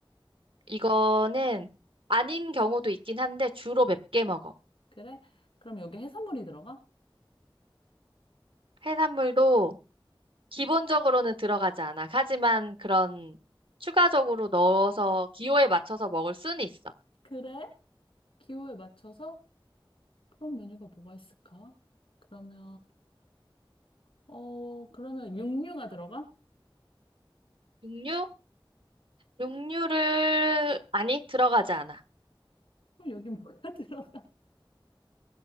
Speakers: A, on the right; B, on the left.
A: 이거는 아닌 경우도 있긴 한데, 주로 맵게 먹어.
B: 그래? 그럼 여기 해산물이 들어가?
A: 해산물도 기본적으로는 들어가지 않아. 하지만 그런 추가적으로 넣어서 기호에 맞춰서 먹을 수는 있어.
B: 그래? 기호에 맞춰서 그런 메뉴가 뭐가 있을까? 그러면, 어, 그러면 육류가 들어가?
A: 육류? 육류를, 아니, 들어가지 않아.
B: 그럼 여기 뭐가 <laughs> 들어?